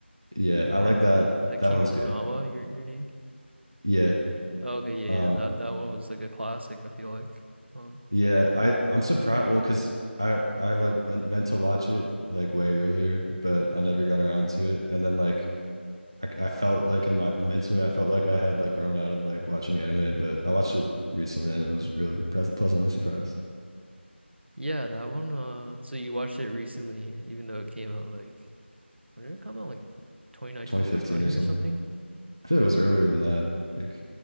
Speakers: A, on the right; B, on the right.
A: yeah, I
B: or
A: like that.
B: is that
A: That
B: Kimi
A: one's
B: no
A: good.
B: Na Wa your your name?
A: Yeah,
B: Oh, okay, yeah,
A: Um,
B: yeah. That that one was like a classic. I feel like um
A: yeah, I I'm surprised.
B: when it
A: Well,
B: came
A: because
B: out.
A: I I like in- meant to watch it like way earlier, but I never got around to it. And then like I I felt like in my mentally, I felt like I had like grown out of like watching anime, but I watched it recently and it was really pres pleasantly surprised.
B: Yeah, that one. Uh, so you watched it recently, even though it came out like when did it come out? Like 2019,
A: 2015
B: 2020
A: or something.
B: or something?
A: I feel like it was earlier than that. Like